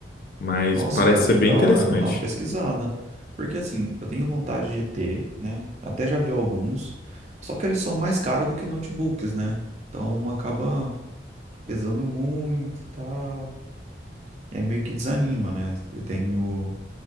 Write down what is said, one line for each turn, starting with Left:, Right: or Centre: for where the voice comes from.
Left: Mas
Right: Nossa,
Left: parece
Right: cara,
Left: ser
Right: que
Left: bem
Right: da
Left: interessante.
Right: hora, vou dar uma pesquisada. Porque assim, eu tenho vontade de ter, né? Até já vi alguns, só que eles são mais caros do que notebooks, né? Então acaba pesando muito, tal. É meio que desanima, né? Tem o,